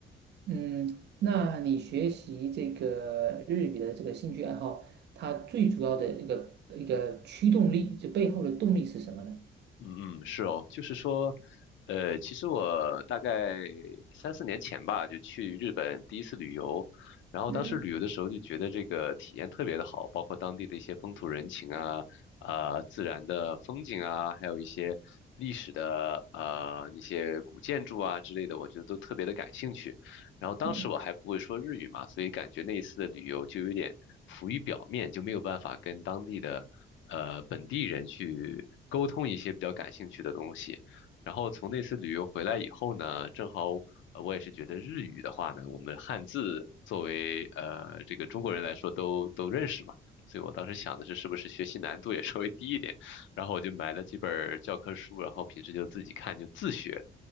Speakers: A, on the right; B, on the left.
A: 嗯，那你学习这个日语的这个兴趣爱好，它最主要的一个一个驱动力，就背后的动力是什么呢？
B: 嗯嗯，是哦，就是说，呃，其实我大概三四年前吧，就去日本第一次旅游，然后当时旅游的时候就觉得这个体验特别的好，
A: 嗯
B: 包括当地的一些风土人情啊，啊、自然的风景啊，还有一些历史的呃那些古建筑啊之类的，我觉得都特别的感兴趣。然后当时我还不会说日语嘛，
A: 嗯，
B: 所以感觉那一次的旅游就有点浮于表面，就没有办法跟当地的呃本地人去沟通一些比较感兴趣的东西。然后从那次旅游回来以后呢，正好呃我也是觉得日语的话呢，我们汉字作为呃这个中国人来说都都认识嘛，所以我当时想的是是不是学习难度也稍微低一点，然后我就买了几本儿教科书，然后平时就自己看就自学。